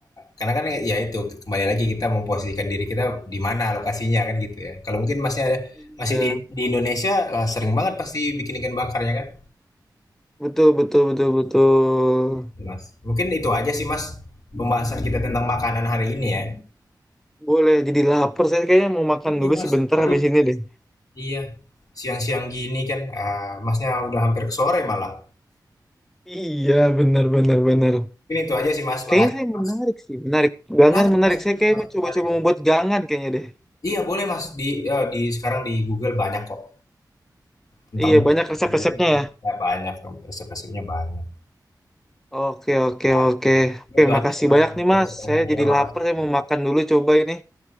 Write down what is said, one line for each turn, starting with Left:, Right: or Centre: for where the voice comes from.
Left: karena kan ya itu kembali lagi kita memposisikan diri kita di mana lokasinya kan gitu ya kalau mungkin Masnya
Centre: Iya,
Left: masih di di Indonesia wah, sering banget pasti bikin ikan bakarnya kan
Centre: betul betul betul betul.
Left: Mas mungkin itu aja sih Mas pembahasan kita tentang makanan hari ini ya
Centre: Boleh jadi lapar. Saya kayaknya mau makan
Left: iya
Centre: dulu
Left: Mas
Centre: sebentar
Left: aduh
Centre: habis ini deh.
Left: iya siang-siang gini kan ah, Masnya udah hampir ke sore malah
Centre: Iya, benar benar benar.
Left: Mungkin itu aja sih Mas,
Centre: Kayaknya
Left: makasih
Centre: saya
Left: Mas.
Centre: menarik sih, menarik. Gangan
Left: Menarik
Centre: menarik.
Left: Mas,
Centre: Saya
Left: heeh,
Centre: kayak mau coba-coba
Left: menarik ya.
Centre: membuat gangan kayaknya deh.
Left: Iya boleh Mas, di eee, di sekarang di Google banyak kok tentang
Centre: Iya, banyak resep-resepnya
Left: di YouTube juga
Centre: ya.
Left: banyak dong, resep-resepnya banyak.
Centre: Oke, oke,
Left: Pasti.
Centre: oke. Oke,
Left: Itu aja
Centre: makasih
Left: sih Mas,
Centre: banyak nih, Mas. Saya
Left: iya
Centre: jadi
Left: makasih
Centre: lapar, saya
Left: <laughs>
Centre: mau makan dulu coba ini.